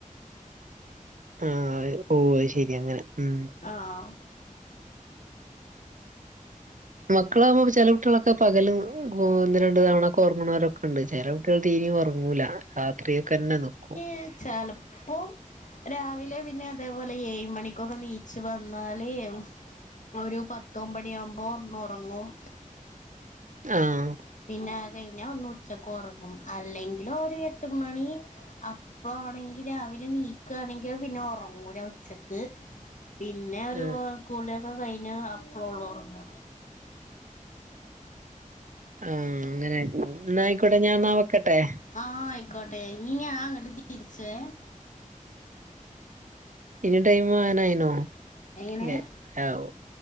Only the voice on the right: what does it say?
ആഹ് ഓഹ് അത് ശരി അങ്ങനെ ഉം
മക്കളാ <unintelligible> കുട്ടികളൊക്കെ പകല് ഒന്ന് രണ്ട് തവണ ഒക്കെ ഒറങ്ങണവരൊക്ക ഒണ്ട് ചെല കുട്ടികൾ തീരെയും ഒറ ങ്ങൂല രാത്രിയേക്കന്നെ നിക്കും
ആഹ്
ആഹ്
ആഹ് അങ്ങനെ ഉം എന്നാ ആയിക്കോട്ടെ ഞാൻ ന്നാ വെക്കട്ടെ?
ഇനി ടൈം ആനായിനോ
അല്ലെ ആവോ